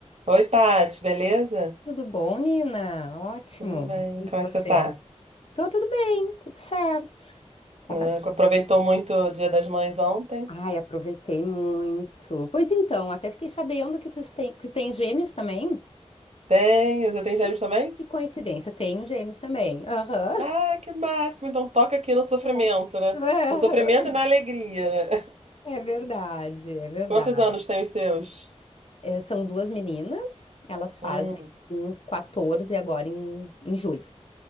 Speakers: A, on the right; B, on the left.
A: Oi, Paty, beleza?
B: Tudo bom, Nina? Ótimo.
A: Tudo bem?
B: E
A: Como
B: você?
A: é que você tá?
B: Tô tudo bem, tudo certo. Tava
A: Né,
B: aqui.
A: Aproveitou muito o Dia das Mães ontem?
B: Ai, aproveitei muito. Pois então, até fiquei sabendo que tu tem, que tu tem gêmeos também.
A: Tem, você tem gêmeos
B: Hum,
A: também?
B: Que coincidência, tenho gêmeos também. Aham.
A: Ah, que máximo! Então toca aqui no sofrimento,
B: Bom.
A: né?
B: Aham.
A: No sofrimento e na alegria, né?
B: É verdade,
A: <laughs>
B: é verdade.
A: Quantos anos tem os seus?
B: É, são duas meninas, elas fazem
A: Hum,
B: um 14 agora em, em julho.